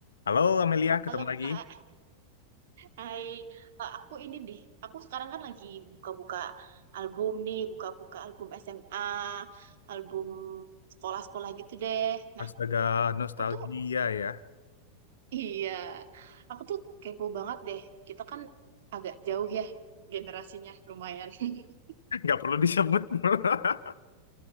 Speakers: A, on the left; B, on the right.
A: Halo Amelia, ketemu
B: Halo
A: lagi.
B: Kak, hai. Eh, aku ini deh, aku sekarang kan lagi buka-buka album nih, buka-buka album SMA, album sekolah-sekolah gitu deh. Nah,
A: Astaga, nostalgia
B: aku tuh,
A: ya.
B: <laughs> iya, aku tuh kepo banget deh. Kita kan agak jauh ya generasinya, lumayan. <laughs>
A: <laughs> Nggak perlu disebut. <laughs>